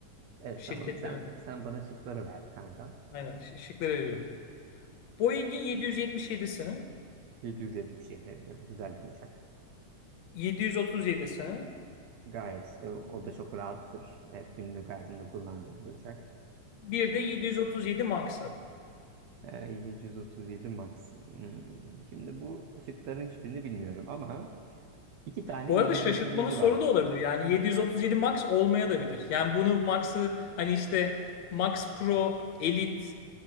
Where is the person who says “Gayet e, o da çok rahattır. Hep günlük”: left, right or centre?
Right